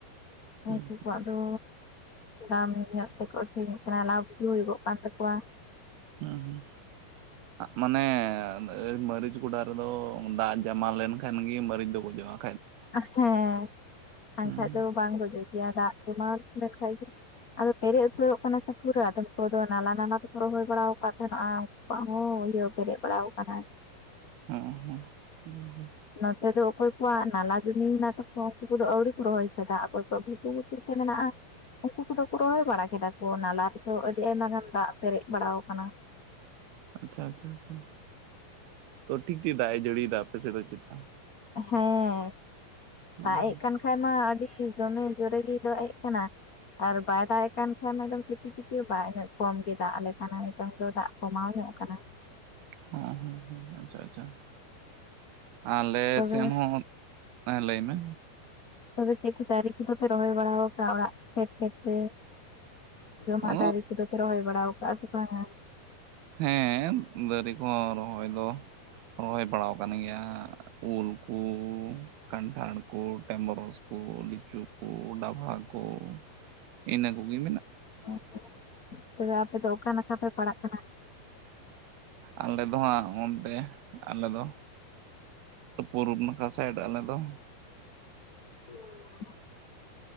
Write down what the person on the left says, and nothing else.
ᱩᱱᱠᱩ ᱠᱚᱣᱟᱜ ᱫᱚ ᱫᱟᱢ ᱧᱚᱜ ᱛᱮᱠᱚ ᱟᱹᱠᱷ ᱨᱤᱧᱮᱜ ᱠᱟᱱᱟ ᱞᱟᱵᱷ ᱜᱮ ᱦᱩᱭᱩᱜᱚᱜ ᱠᱟᱱ ᱛᱟᱠᱚᱣᱟ᱾
ᱟᱦᱮᱸ ᱟᱝᱠᱷᱟᱡ
ᱫᱚ ᱵᱟᱝ ᱜᱩᱡᱩᱜ ᱜᱮᱭᱟ ᱫᱟᱜᱽ ᱡᱚᱢᱟᱣ ᱞᱮᱱᱠᱷᱟᱭ ᱜᱮ᱾ ᱟᱫᱚ ᱯᱮᱨᱮᱡ ᱩᱛᱟᱹᱨᱚᱜ ᱠᱟᱱᱟ ᱛᱚ ᱯᱩᱨᱟᱹᱣ ᱟᱫᱚᱢ ᱠᱚᱫᱚ ᱱᱟᱞᱟ ᱱᱟᱞᱟ ᱫᱚᱠᱚ ᱨᱚᱦᱚᱭ ᱵᱟᱲᱟ ᱠᱟᱫ ᱛᱟᱦᱮᱸᱱᱚᱜ-ᱟ᱾ ᱵᱟᱝ ᱦᱚᱸ ᱤᱭᱟᱹ ᱯᱮᱨᱮᱡ ᱵᱟᱲᱟᱣ ᱠᱟᱱᱟᱭ
ᱱᱚᱛᱮ ᱫᱚ ᱚᱠᱚᱭ ᱠᱩᱣᱟᱜ ᱱᱟᱞᱟ ᱡᱚᱢᱤ ᱦᱮᱱᱟᱜ ᱛᱟᱠᱚᱣᱟ ᱩᱱᱠᱩ ᱠᱚᱫᱚ ᱟᱣᱨᱤ ᱠᱩ ᱨᱚᱦᱚᱭ ᱥᱟᱹᱛᱟ ᱚᱠᱚᱭ ᱠᱚᱣᱟᱜ ᱜᱷᱩᱴᱩ ᱜᱷᱩᱴᱩᱛᱮ ᱢᱮᱱᱟᱜ-ᱟ ᱩᱱᱠᱩ ᱠᱩᱫᱚ ᱠᱚ ᱨᱚᱦᱚᱭ ᱵᱟᱲᱟ ᱠᱮᱫᱟ ᱠᱚ ᱱᱟᱞᱟ ᱨᱮᱫᱚ ᱟᱹᱰᱤ ᱟᱭᱢᱟ ᱜᱟᱱ ᱫᱟᱜᱽ ᱯᱮᱨᱮᱡ ᱵᱟᱲᱟᱣ ᱠᱟᱱᱟ᱾
ᱦᱮᱸ
ᱫᱟᱜᱽ ᱮᱜ ᱠᱟᱱ ᱠᱷᱟᱭ ᱢᱟ ᱟᱹᱰᱤ ᱫᱚᱢᱮ ᱡᱳᱨᱮ ᱜᱮᱭ ᱫᱟᱜᱽ ᱮᱜ ᱠᱟᱱᱟ ᱟᱨ ᱵᱟᱭ ᱫᱟᱜᱽ ᱮᱜ ᱠᱟᱱ ᱠᱷᱟᱭ ᱦᱮᱸ ᱮᱠᱫᱚᱢ ᱴᱤᱯᱤ ᱴᱤᱯᱤ ᱵᱟᱝ ᱤᱱᱟᱹᱜ ᱠᱚᱢᱜᱮ ᱫᱟᱜᱽ ᱟᱞᱮ ᱠᱟᱱᱟ ᱱᱤᱛᱚᱝ ᱫᱚ ᱫᱟᱜᱽ ᱠᱚᱢᱟᱣ ᱧᱚᱜ ᱠᱟᱱᱟ᱾
ᱛᱚᱵᱮ
ᱛᱚᱵᱮ ᱪᱤᱫ ᱠᱚ ᱫᱟᱨᱮ ᱠᱚᱫᱚ ᱯᱮ ᱨᱚᱦᱚᱭ ᱵᱟᱲᱟ ᱟᱠᱟᱫ ᱚᱲᱟᱜ ᱯᱷᱰ ᱯᱷᱰ ᱛᱮ? ᱡᱚᱢᱟᱜ
ᱫᱟᱨᱮ ᱠᱚᱫᱚ ᱯᱮ ᱨᱚᱦᱚᱭ ᱵᱟᱲᱟᱣ ᱠᱟᱜ ᱥᱮ ᱵᱟᱝᱟ?
<inaudible> ᱛᱚᱵᱮ ᱟᱯᱮ ᱫᱚ ᱚᱠᱟ ᱱᱟᱠᱷᱟ ᱯᱮ ᱯᱟᱲᱟᱜ ᱠᱟᱱᱟ?
<inaudible>